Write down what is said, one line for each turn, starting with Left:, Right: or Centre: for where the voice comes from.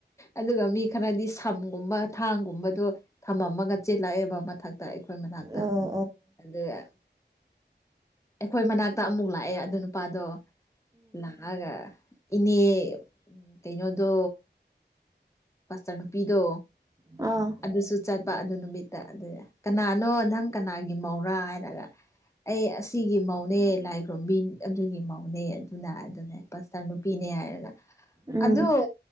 Left: ꯑꯗꯨꯒ ꯃꯤ ꯈꯔꯗꯤ ꯁꯝꯒꯨꯝꯕ ꯊꯥꯡꯒꯨꯝꯕꯗꯣ ꯊꯝꯃꯝꯃꯒ ꯆꯦꯜꯂꯛꯑꯦꯕ ꯃꯊꯛꯇ ꯑꯩꯈꯣꯏ ꯃꯅꯥꯛꯇ
Right: ꯑꯥ
Left: ꯑ ꯑꯩꯈꯣꯏ ꯃꯅꯥꯛꯇ ꯑꯃꯨꯛ ꯂꯥꯛꯑꯦ ꯑꯗꯨ ꯅꯨꯄꯥꯗꯣ ꯂꯒ ꯏꯅꯦ ꯀꯩꯅꯣꯗꯣ ꯃꯁꯇ ꯅꯨꯨꯄꯤꯗꯣ
Right: ꯑꯥ
Left: ꯑꯗꯨꯁꯨ ꯆꯠꯄ ꯑꯗꯨ ꯅꯨꯃꯤꯠꯇ ꯑꯗꯨ ꯀꯅꯥꯅꯣ ꯅꯪ ꯀꯅꯥꯒꯤ ꯃꯧꯔꯥ ꯍꯥꯏꯔꯒ ꯑꯩ ꯑꯁꯤꯒꯤ ꯃꯧꯅꯦ ꯂꯥꯏꯈ꯭ꯔꯨꯝꯝꯕꯤ ꯑꯗꯨꯒꯤ ꯃꯧꯅꯦ ꯑꯗꯨꯅ ꯑꯗꯨꯅꯦ ꯄꯁꯇꯔ ꯅꯨꯄꯤꯅꯦ ꯍꯥꯏꯔꯒ
Right: ꯎꯝ ꯑꯥ ꯎꯝ
Left: ꯑꯗꯣ